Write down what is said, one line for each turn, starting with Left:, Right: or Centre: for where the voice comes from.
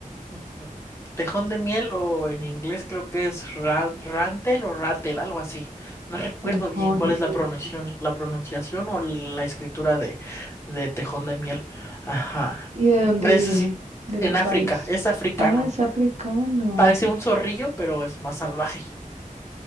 Left: Ujú. Tejón de miel o en inglés creo que es ra- rantel o ratel, algo así. No recuerdo
Right: Tejón
Left: bien cuál
Right: de
Left: es la pronunciación,
Right: Minas.
Left: la pronunciación o la escritura de, de tejón de miel. Ajá.
Right: ¿Y de dónde
Left: Parece
Right: viene? ¿De
Left: en
Right: qué país?
Left: África, es africano.
Right: Ah, es africano.
Left: Parece un zorrillo, pero es más salvaje.